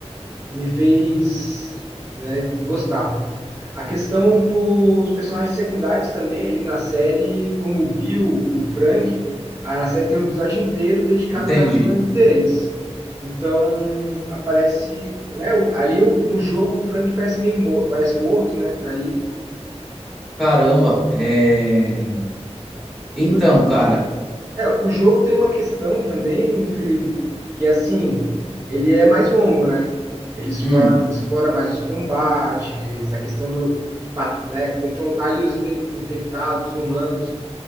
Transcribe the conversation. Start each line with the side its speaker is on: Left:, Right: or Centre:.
Right: me fez, né, gostar. A questão dos personagens secundários também ali na série, como o Bill, o Frank, a série tem um episódio inteiro dedicado
Centre: Entendi.
Right: ao relacionamento deles. Então, aparece, né, o- ali o- no jogo o Frank parece meio mo- parece morto, né? Daí
Centre: Caramba. é, Então,
Right: no,
Centre: cara,
Right: É, o jogo tem uma questão também, Felipe, que é assim, ele é mais longo, né? Ele explora,
Centre: hum,
Right: explora mais os combates, a questão do, de ba- né, confrontar ali os infe- infectados, os humanos.